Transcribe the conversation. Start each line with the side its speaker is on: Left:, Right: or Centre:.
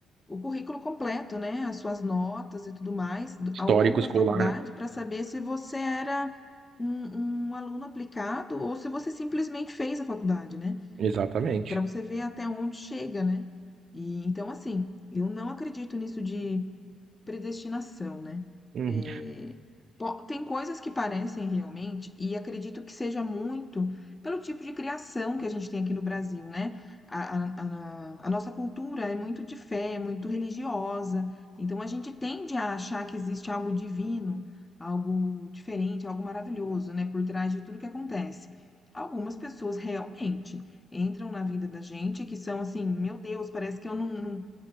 Left: o currículo completo, né? As suas notas e tudo mais do-
Right: Histórico
Left: ao longo da
Right: escolar,
Left: faculdade
Right: né?
Left: para saber se você era um, um aluno aplicado ou se você simplesmente fez a faculdade, né?
Right: Exatamente.
Left: Para você ver até onde chega, né? E, então, assim, eu não acredito nisso de predestinação, né?
Right: Uhum,
Left: É, po- tem coisas que parecem realmente, e acredito que seja muito pelo tipo de criação que a gente tem aqui no Brasil, né? A, a- a- a nossa cultura é muito de fé, é muito religiosa, então a gente tende a achar que existe algo divino, algo diferente, algo maravilhoso, né? Por trás de tudo que acontece. Algumas pessoas realmente entram na vida da gente que são assim, meu Deus, parece que eu não, não-